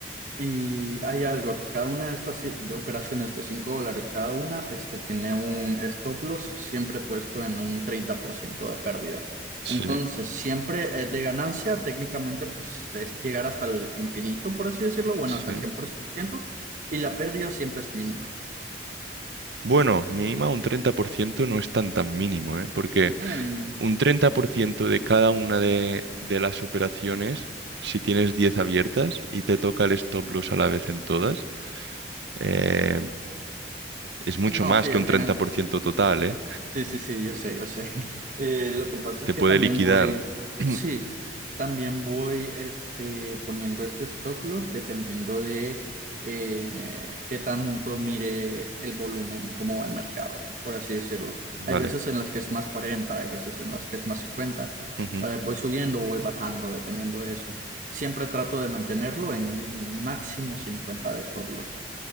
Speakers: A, on the right (about 45°); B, on the right (about 80°).
A: Y hay algo, que cada una de estas ci- operaciones de 5 dólares cada una, este, tiene un stop loss siempre puesto en un 30% de pérdida.
B: sí,
A: Entonces, siempre es de ganancia, técnicamente, pues es llegar hasta el infinito, por así decirlo, bueno,
B: sí.
A: hasta el 100% y la pérdida siempre es mínima.
B: Bueno, mínima un 30% no es tan tan mínimo, ¿eh? Porque
A: Mm,
B: Un 30% de cada una de, de las operaciones, si tienes 10 abiertas y te toca el stop loss a la vez en todas, eh, es mucho
A: no,
B: más
A: sí,
B: que
A: al
B: un
A: final.
B: treinta por ciento total, ¿eh?
A: Sí, sí, sí, yo sé, yo sé. <laughs> Eh, lo que pasa
B: Te
A: es que
B: puede
A: también
B: liquidar.
A: voy,
B: <clears throat>
A: sí, también voy este, poniendo este stop loss dependiendo de eh, qué tanto mire el volumen, cómo va el mercado, por así decirlo.
B: Vale.
A: Hay veces en las que es más cuarenta hay veces en las que es más cincuenta
B: ujú,
A: Eh, voy subiendo o voy bajando dependiendo de eso. Siempre trato de mantenerlo en máximo 50 de stop loss.